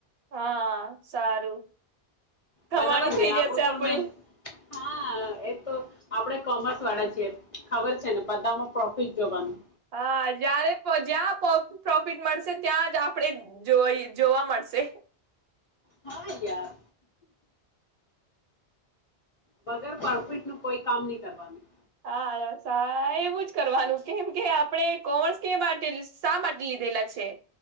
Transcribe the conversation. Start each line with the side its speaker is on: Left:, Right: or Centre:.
Right: હા સારું કમાણી
Left: બરાબર
Right: થઈ
Left: ને આપડુ
Right: જશે
Left: પણ
Right: આપણું
Left: મે હા એ તો આપડે કોમર્સ વાળા છીએ ખબર છે ને બધામાં પ્રોફિટ જોવાનું
Right: હા જ્યારે જ્યાં પ્રોફિટ મળશે ત્યાં જ આપણેે જો જોવા મળશે શે
Left: હા યાર વગર પરફિટ નું કોઈ કામ નહી કરવાનું
Right: હા એવું જ કરવાનું કેમ કે આપણે કોમર્સ કે માટે શા માટે લીધુ ધેલા છે